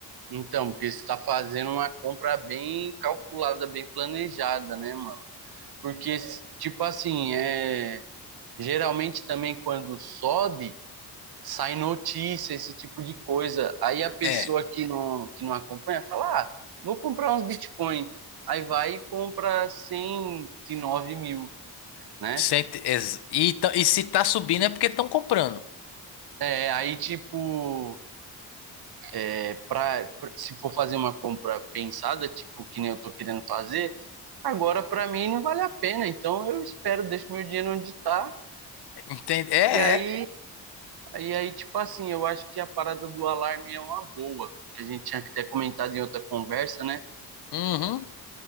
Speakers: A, on the right; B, on the left.
A: Então, porque você tá fazendo uma compra bem calculada, bem planejada, né, mano? Porque, tipo assim, é... geralmente também quando sobe. sai notícia, esse tipo de coisa. Aí a pessoa
B: É,
A: que não, que não acompanha fala: ah, vou comprar uns Bitcoin. Aí vai e compra 109 mil, né?
B: cento- ex- e, tá- e se tá subindo é porque estão comprando.
A: É, aí, tipo, é, pra, pra- se for fazer uma compra pensada, tipo, que nem eu tô querendo fazer, agora para mim não vale a pena. Então eu espero, deixo meu dinheiro onde tá.
B: Entende? É,
A: E aí,
B: é.
A: e aí, tipo assim, eu acho que a parada do alarme é uma boa, que a gente tinha até comentado em outra conversa, né?
B: Uhum,